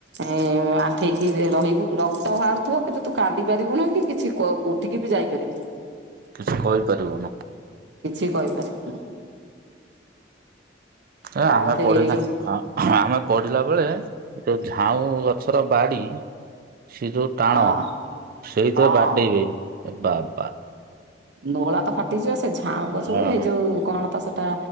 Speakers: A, on the right; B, on the right.
A: ଏ ଆଣ୍ଠେଇକି ରହିବୁ, ରକ୍ତ ବାହାରୁଥିବ କିନ୍ତୁ ତୁ କାନ୍ଦି ପାରିବୁନୁ କିଛି କ ଉଠିକିବି ଯାଇପାରିବୁ।
B: କିଛି କହିପାରିବୁନୁ।
A: କିଛି କହିପାରିବୁନୁ।
B: ଏ ଆମେ
A: ଆଉ ସେଇ
B: ପଢିଲା,
A: ଏଇ ଯୋଉ
B: ଆମେ ପଢିଲା ବେଳେ ଯୋଉ ଝାଉଁ ଗଛର ବାଡି ସେ ଯୋଉ ଟାଣ,
A: ହଁ
B: ସେଇଥିରେ
A: ହଁ
B: ବାଡେଇବେ ବାବା।
A: ନୋଳା ତ ଫାଟିଯିବ, ସେ ଝାଉଁ ଗଛକୁ
B: ହଁ।
A: ହେଇ ଯୋଉ କଣ ତ ସେଟା